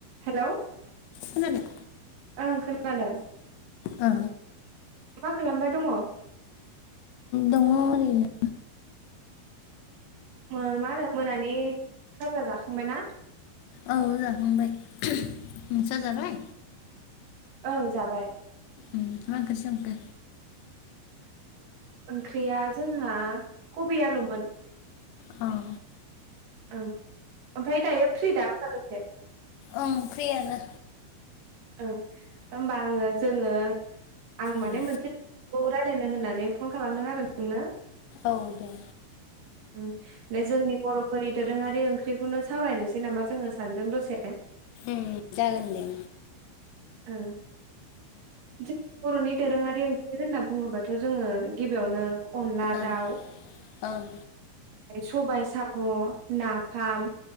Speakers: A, on the right; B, on the left.
A: हेलौ
B: खोनादों
A: ओं खोनादों
B: ओ
A: मा खालामबाय दङ
B: दङ ओरैनो
A: मा होनो मोनानि खाजा जाखांबायना
B: औ जाखांबाय नोंसा जाबाय
A: ओं जाबाय
B: ओम मा ओंख्रि संखो
A: ओंख्रिया जोंहा कबि आलुमोन
B: औ
A: ओं ओमफ्राय दायो फ्रि दा होमबा दसे
B: ओं ओंख्रियानो
A: ओं होमबा आङो जोङो आं माने
B: उम
A: मोनसे खौ रायज्लायनो होननानै फन खालामदों आरो नोंनो
B: औ दे
A: ओम बे जोंनि बर'फोरनि दोरोङारि ओंख्रिखौनो सावरायनोसै नामा जोङो साननैजों दसे
B: ओम जागोन दे
A: ओं जोंनि बर'नि दोरोङारि ओंख्रि होनना बुङोबाथ' जोङो गिबियावनो अनला
B: ओं
A: दाउ
B: ओं
A: सबाय साम' नाफाम